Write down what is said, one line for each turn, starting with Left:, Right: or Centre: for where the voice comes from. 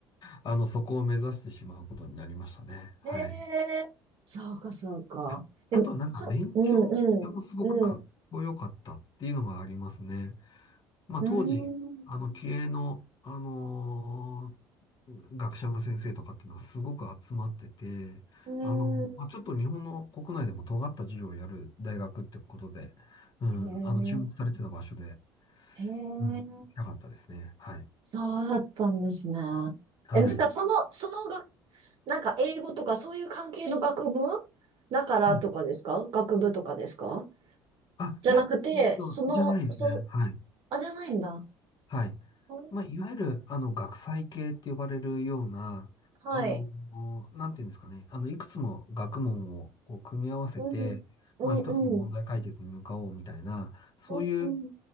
Left: あの、そこを目指してしまうことになりましたね。はい。
Right: へえそうか、そうか。
Left: あ、
Right: え、
Left: あとはなんか勉強の環境もすごくかっこよかったっていうのがありますね。
Right: そ、うん、うん、うん、
Left: まあ、
Right: うん、
Left: 当時、あの、気鋭の、あのー学者の先生とかっていうのはすごく集まってて、
Right: うん。
Left: あの、まあ、ちょっと日本の国内でも尖った授業をやる大学ってことで、うん、
Right: へ
Left: あの、注目されてた場所で、
Right: え、へえ、
Left: うん、行きたかったですね。はい。
Right: そうだったんですね。
Left: はい。
Right: え、なんかその、そのが、なんか英語とかそういう関係の学部だからとかですか学部とかですか
Left: はいあ、あいや、
Right: じゃなくて、
Left: えっと、
Right: その、
Left: じゃないですね。
Right: そう、
Left: はい。
Right: あ、じゃないんだ。
Left: はい。
Right: あ
Left: まあ、いわゆる、あの、学際系って呼ばれるような、
Right: はい。
Left: あの、なんていうんですかね、あの、いくつも学問をこう組み合わせて、
Right: うん、うん、
Left: まあ、一つの問題解決に向かおうみたいな、
Right: うん、
Left: そういう
Right: うん、